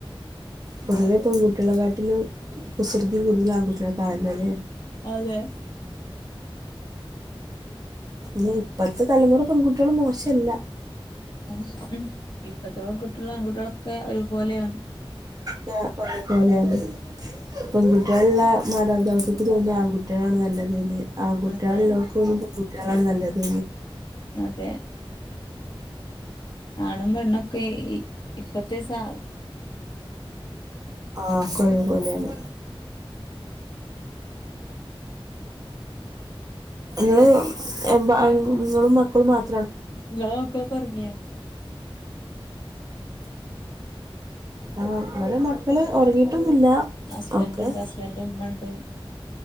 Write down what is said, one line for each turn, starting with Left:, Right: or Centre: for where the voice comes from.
Right: പൊതുവെ പെൺകുട്ടികളെക്കാട്ടിലും കുസൃതി കൂടുതല ആൺകുട്ടിൾ കാണല്ലോല്ലേ
Left: അതെ
Right: ഇ ഇപ്പത്തെ തലമുറ പെൺകുട്ടികൾ മോശല്ല
Left: ആ ഉം ഇപ്പത്തെ പെൺകുട്ടിള ആൺകുട്ടിളൊക്കെ ഒരുപോലെയാണ്
Right: ത ഒരേപോലെയാണ് പെൺകുട്ടിളള്ള മാതാപിതാക്കൾക് തോന്നുന ആൺകുട്ടിളാണ് നല്ലത് ന്ന് ആകുട്ടേലോൾക്കു
Left: അതെ
Right: ഓന്നു പെൻകുട് റ്റളാണ് നല്ലത്
Left: അതെ ആണും പെണ്ണൊക്കെ ഇ ഇപ്പത്തെേ സാ
Right: ആഹ് കൊരുപോലെയാണ് ങ്ങഹ് എമ്പാ അങ്ങളും മക്കളും മാത്ര
Left: ന ഒക്ക പറങ്ങിയ
Right: ഉ ആ ഇവിടെ മക്കള് ഉറങ്ങിട്ട് ട്ടന്നുല്ല
Left: ഹസ്ബൻഡ്
Right: ഓക്കെ
Left: ഉണ്ട് ഹസ്ബൻഡ് ഉമ്മ ഉണ്ട്